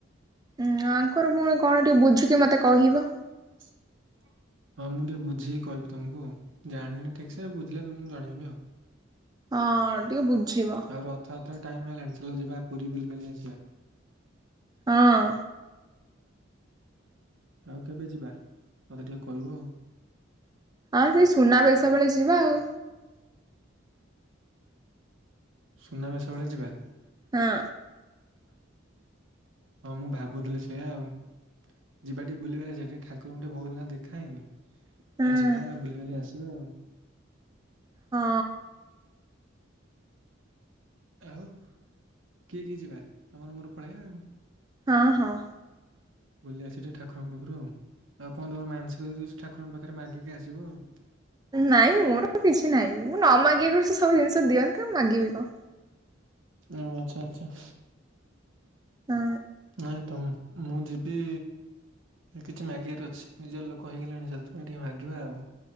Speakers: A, on the right; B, on the right.
A: ହୁଁ ଆଙ୍କର ପୁଣି କଣ ଟିକେ ବୁଝିକି ମତେ କହିବ।
B: <inaudible> ହଁ ମୁଁ ଟିକେ ବୁଝିକି କହିବି ତମକୁ ଆଉ। ଜାଣିନି ଠିକ ସେ ବୁଝିଲେ ତମକୁ ଜଣେଇବି ଆଉ।
A: ହଁ ଟିକେ ବୁଝିବ।
B: ଆଉ ରଥଯାତ୍ରା ଟାଇମ ହେଲାଣି। ଚାଲ ଯିବା ପୁରୀ ବୁଲିିବାଲି ଆସିବା।
A: ହଁ।
B: ଆଉ କେବେ ଯିବା? ମୋତେ ଟିକେ କହିବ ଆଉ।
A: ହଁ ସେଇ ସୁନାବେେଶ ବେଳେ ଯିବା ଆଉ।
B: ସୁନାବେଶ ବେଳେ ଯିବା?
A: ହଁ।
B: ହଁ ମୁଁ ଭାବୁଥିଲି ସେଇୟା ଆଉ। ଯିବା ଟିକେ ବୁଲିବାଲି ଆସିଆ କି ଠାକୁରଙ୍କୁ ଟିକେ ବହୁତ ଦେଖା ହେଇନି ଆଉ
A: ହଁ
B: ଯିବା
A: ହୁଁ
B: ଆଉ ବୁଲିବାଲି ଆସିବା ଆଉ।
A: ହଁ।
B: ଆଉ କିଏ କିଏ ଯିବା ତମର ମୋର ପଳେଇବା ଆଉ।
A: ହଁ ହଁ।
B: ବୁଲି ଆସିି ଯ ଠାକୁରଙ୍କ ପାଖରୁ ଆଉ। ଆଉ କଣ ତମ ମାନସିକ ଯଦି ଅଛି ଠାକୁରଙ୍କ ପାଖରେ ମାଗିକି ଆସିବ ଆଉ।
A: ନାଇଁ ମୋର କିଛି ତ ନାହିଁ ମୁଁ ନ ମାଗିକି ବି ସେ ସବୁ ଜିନିଷ ଦିଅନ୍ତି ଆଉ ମାଗିବି କଣ।
B: ଓ ଆଚ୍ଛା ଆଚ୍ଛା।
A: ହଁ।
B: ନାଇଁ ତ ମୁଁ ଯିବି କିଛି ମାଗିବାର ଅଛି ନିଜ ର ଲୋକ ହେଇଗଲେଣି ସେଥିପାଇଁ ଟିକେ ମାଗିବା ଆଉ।